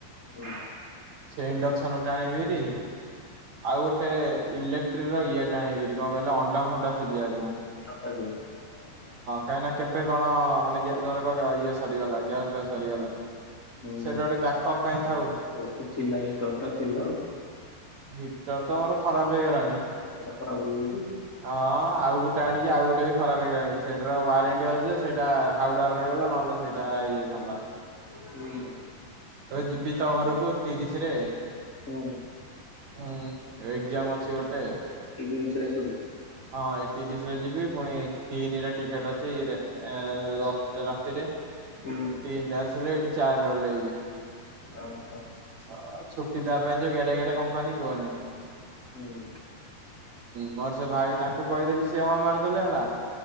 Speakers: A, on the left; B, on the right.
A: ହୁଁ।
B: ଇଣ୍ଡକ୍ସନ ଗୋଟା ଆଣିବିରି ଆଉ ଗୋଟେ। ଇଲେକ୍ଟ୍ରି ର ଇଏ ଟା ଆଣିବି ହାରି କଣ କହିଲ ଅଣ୍ଡା ଫଣ୍ଡା ସିଜେଇଆକୁ।
A: ହିଟର ଟା ଯୋଉ।
B: କାହିଁକି ନା କେବେ କଣ ମାନେ ଗ୍ୟା ଧର କ ଇଏ ସରିଗଲା ଗ୍ୟାସ୍ ଫ୍ୟାସ୍ ସରିଗଲା।
A: ହୁଁ
B: ସେଟା
A: ହୁଁ
B: ଗୋଟେ ବ୍ୟାକଅପ୍ ପାଇଁ ଥାଉ।
A: ବହୁତ ଥିଲା ହିଟର ଟା ଥିଲା ଆଉ।
B: ହିଟର ତ ଆମର ଖରାପ ହେଇଗଲାଣି।
A: ସେଇଟା ଖରାପ ହେଇଯାଇଛି।
B: ହଁ ଆଉ ଗୋଟେ ଆଣିକି ଆଉ ଗୋଟେ ବି ଖରାପ ହେଇଗଲାଣି ସେଇଟାର ୱାରେଣ୍ଟି ଅଛି ଯେ ସେଇଟା ହାଉଡା ରେ ରହିଗଲା ନହେଲେ ସେଇଟା। ହେଇ ଯାଇଥନ୍ତା।
A: ହୁଁ।
B: ଯିବି ତ ଘରକୁ ତିରିଶ ରେ।
A: ହୁଁ।
B: ହୁଁ ଏକଜାମ୍ ଅଛି ଗୋଟେ
A: ଏଇ ସେଟା ସବୁ
B: ହଁ। ତିରିଶି ରେ ଯିବି ପୁଣି ତିନିରେ ଟିକେଟ୍ ଅଛି ରେ ର ରାତିରେ ତିନିରେ
A: ହୁଁ।
B: ଆସିଲେ ଏଠି ଚାରିରେ ଓଲେଇବି।
A: <unintelligible>
B: !!!!!!!!!! ଛୁଟି ଦେବା ପାଇଁ ଯୋଉ ଗେରେ ଗେରେ କମ୍ପାନୀ କୁହନିଁ।
A: ହୁଁ।
B: ମୋର ସେ ଭାଇ ତାଙ୍କୁ କହିଦେଲି ସିଏ ହଁ ମାରିଦେଲେ ହେଲା।